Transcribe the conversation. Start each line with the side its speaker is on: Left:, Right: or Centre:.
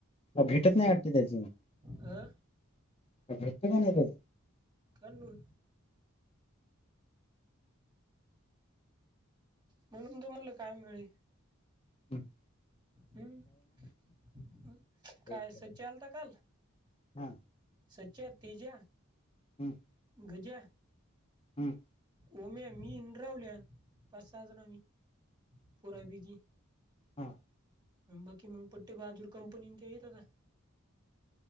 Left: भेटत नाही वाटते त्याची
Right: अ
Left: भ का नाही.
Right: काणू म्हणून तमला काय मिळेल.
Left: हं
Right: हम्म काय
Left: भेटते
Right: सच्चा आलता काल
Left: हा
Right: स् तेजा
Left: हम्म
Right: गज्या
Left: हम्म
Right: ओम्या मी इन रावल्या पाच सहा जण मी पुरापैकी
Left: हा
Right: बाकी मग पट्टे बाहाजूर कंपनी ते येत आता